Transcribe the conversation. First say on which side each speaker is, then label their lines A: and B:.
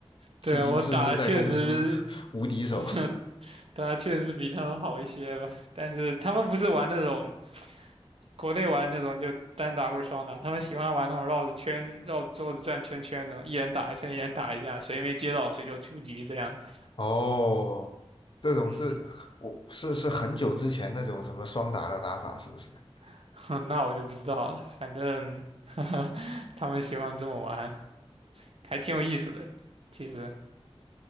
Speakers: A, on the left; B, on the right.
A: 至今是不是在公司
B: 对，我打的确实
A: <laughs> 无敌手？
B: 就是打的确实比他们好一些吧，但是他们不是玩那种。国内玩那种就单打或者双打，他们喜欢玩那种绕着圈、绕着桌子转圈圈的，一人打一下，一人打一下，谁没接到谁就出局这样子。
A: 哦，这种是我是是很久之前那种什么双打的打法，
B: 嗯，
A: 是不是？
B: <laughs> 那我就不知道了，反正 <laughs> 他们喜欢这么玩，还挺有意思的。其实，